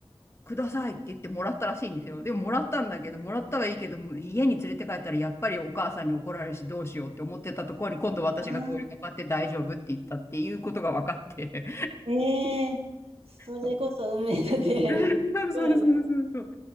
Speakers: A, on the left (about 25°); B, on the right (about 75°).
A: くださいって言ってもらったらしいんですよ。でももらったんだけど、もらったはいいけど、もう家に連れて帰ったらやっぱりお母さんに怒られるしどうしようって思ってたところに今度私が通りかかって大丈夫って言ったっていうことが分かって。
B: ああ、ええそれこそ運命の出会いです。
A: そう <laughs> そうそうそうそう。
B: すごいな。